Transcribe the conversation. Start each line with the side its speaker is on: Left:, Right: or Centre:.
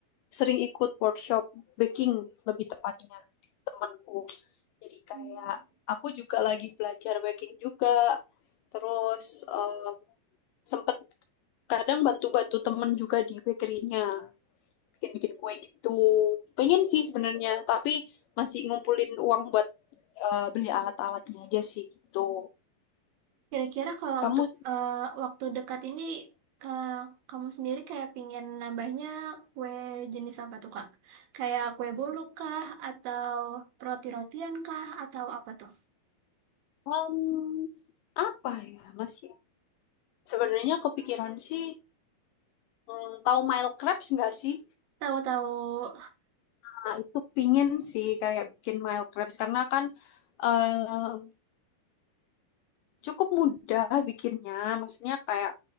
Left: sering ikut workshop baking lebih tepatnya di temanku. Jadi kayak
Right: Hmm.
Left: aku juga lagi belajar baking juga. Terus em, sempet kadang bantu-bantu temen juga di bakerynya bikin-bikin kue gitu. Pengen sih sebenarnya, tapi masih ngumpulin uang buat eh, beli alat-alatnya aja sih gitu.
Right: Kira-kira kalau
Left: Kamu
Right: untuk eh, waktu dekat ini, ke kamu sendiri kayak pingin nambahnya kue jenis apa tuh, Kak? Kayak kue bolu kah? Atau roti-rotian kah? Atau apa tuh?
Left: em, apa ya masih sebenarnya kepikiran sih hmm, tahu Mile Crabs nggak sih?
Right: Tahu-tahu,
Left: Nah, itu pingin sih kayak bikin mild crepes karena kan eh, cukup mudah bikinnya. Maksudnya kayak